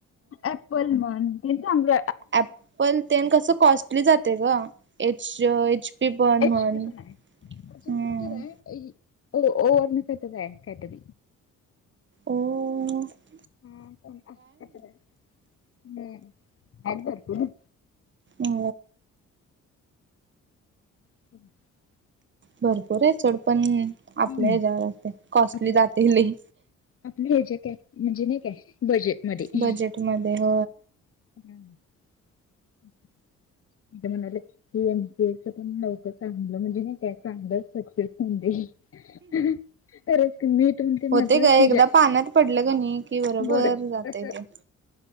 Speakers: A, on the left; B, on the right.
A: अँप्पल म्हन हे चांगल.
B: अँप्पल तेन कसं कॉस्टली जाते ग. एच एच पी पण
A: एच
B: म्हण.
A: पी पण आहे अजून
B: हम्म
A: कायतर आहे. ओ इ वरण कायतर आहे.
B: ओ अ
A: हा तेन असच काय तर हाय. हम् बर.
B: अ
A: <inaudible>
B: भरपूर आहे सोड. पण आपल्या
A: हम्म.
B: हेच्यावर कॉस्टली
A: आपलं
B: जाते लय.
A: आपलं हे जे काय म्हणजे नाही काय बजेटमध्ये
B: बजेट मध्ये न व.
A: हम्म. <inaudible> इथ म्हणाल्या, की एम सी ए च पण लवकर चांगलं म्हणजे नाही काय चांगलं सक्सेस होऊ दे. तरच तुम्ही तुमची
B: होते
A: नजर
B: काय
A: च तेच्या
B: एकदा पाण्यात पडलं का नाही कि बरोबर
A: बोड
B: जातय
A: तस.
B: ते